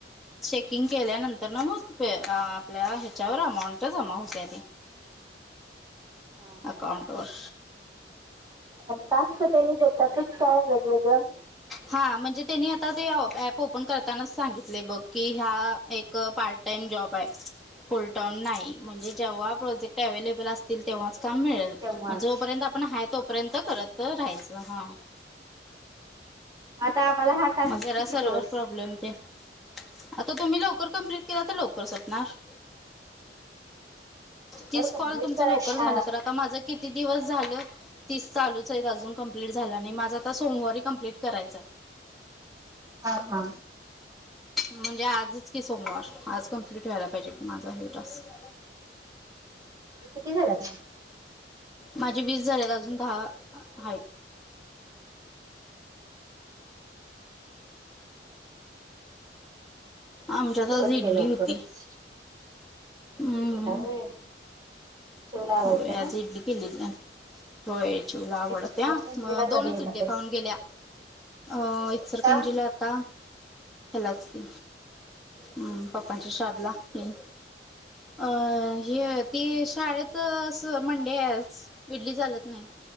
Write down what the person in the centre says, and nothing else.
चेकिंग केल्यानंतर ना मग प अह आपल्या ह्याच्यावर अमाऊंट जमा हुत्या ती.
अकाऊंटवर
हा म्हणजे त्यांनी आता ते अह ऍप ओपन करतानाच सांगितलय बघ की ह्या एक पार्ट टाईम जॉब आहे फुल टोन नाही म्हणजे जेव्हा प्रोजे अवलेबल असतील तेव्हाच काम मिळेल,
मग जोपर्यंत आपण हाय तो पर्यंत करत राहायचं हां.
मग जरा
सर्वर
प्रॉब्लेम ते आता तुम्ही लवकर कमप्लीट केला तर लवकर सपणार तीस
कॉल तुमचं
लवकर झालं, तर आता माझं किती दिवस झालं तीस चालूच आहेत अजून कंप्लीट झाला नाही, माझं आता सोमवारी कंप्लीट करायचं आहे.
म्हणजे आजच की सोमवार, आज कंप्लीट व्हायला पाहिजे माझा हे टास्क
माझी वीस झालेत, अजून दहा अह हाय. आमच्यात
आज
इडली
होती
हम्म
हो
आज इडली किली ना. होय चिऊला आवडत्या,
मग दोनच
इडल्या
खाऊन गेल्या. अ इचरकरंजीला
आता ह्यालाच की उम्म पप्पांच्या श्रादला हम्म एय हे ती शाळेत असं मंडे आहे, आज इडली चालत नाही.